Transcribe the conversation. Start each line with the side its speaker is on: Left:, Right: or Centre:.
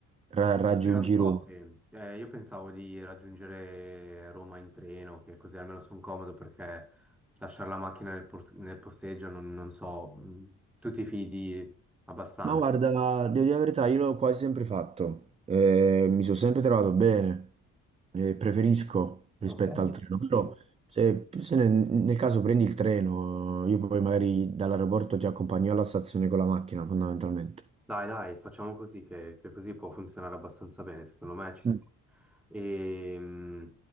Right: ra- raggiungi
Centre: Io non so
Right: Roma.
Centre: se eh, io pensavo di raggiungere Roma in treno, che così almeno sono comodo perché lasciare la macchina nel, port- nel posteggio non, non so, mh, tu ti fidi abbastanza.
Right: Ma guarda, devo dire la verità, io l'ho quasi sempre fatto, Eh, mi sono sempre trovato bene, Eh, preferisco rispetto
Centre: Ok.
Right: al treno,
Centre: Sì.
Right: però se, se ne- nel caso prendi il treno, io poi magari dall'aeroporto ti accompagno alla stazione con la macchina, fondamentalmente.
Centre: Dai, dai, facciamo così che, che così può funzionare abbastanza bene, secondo me ci sta.
Right: Mm.
Centre: E, mm,